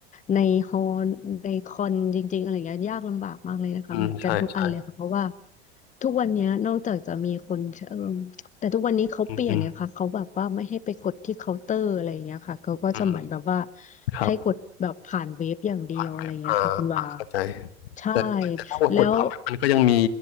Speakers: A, on the left; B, on the left.
A: ในฮอลในคอนจริงๆอะไรเงี้ยยากลำบากมากเลยนะคะเหมือนกันทุกอันเลยค่ะเพราะว่า
B: อืมใช่ใช่
A: ทุกวันเนี้ยนอกจากจะมีคนเออแต่ทุกวันนี้เขาเปลี่ยนเนี่ยค่ะเขาแบบว่าไม่ให้ไปกดที่เคาน์เตอร์อะไรเงี้ยค่ะเขาก็จะเหมือนแบบว่า
B: อืมอืมอืมครับ
A: ให้กดแบบผ่านเว็บอย่างเดียวอะไรเงี้ยค่ะคุณว่า
B: ผ่านแบบเอ่าอ่ะเข้าใจ
A: ใช่
B: แต่แต่ถ้ากดพับมันก็ยังมี
A: แล้ว